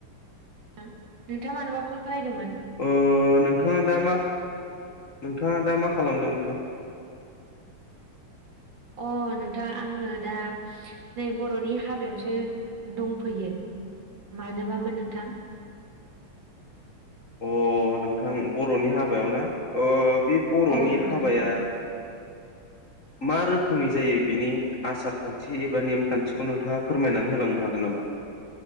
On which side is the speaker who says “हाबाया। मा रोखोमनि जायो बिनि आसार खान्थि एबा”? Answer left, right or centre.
Left